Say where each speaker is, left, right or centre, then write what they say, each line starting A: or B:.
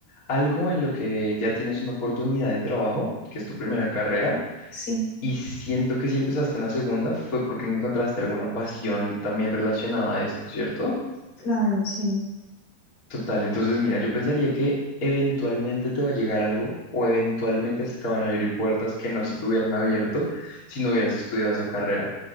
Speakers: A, on the left; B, on the left.
A: algo en lo que ya tienes una oportunidad de trabajo, que es tu primera carrera
B: Sí,
A: Y siento que si empezaste una segunda fue porque no encontraste alguna pasión también relacionada a esto, ¿cierto?
B: claro, sí.
A: Total, entonces mira, yo pensaría que eventualmente te va a llegar algo o eventualmente se te van a abrir puertas que no se te hubieran abierto si no hubieras estudiado esa carrera.